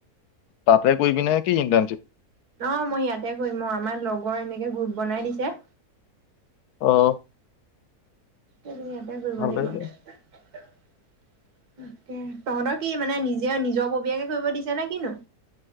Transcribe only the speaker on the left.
তাৰ পৰাই কৰিবি নেকি ইন্তাৰ্ণশিপ?
অহ,
ভালে
দে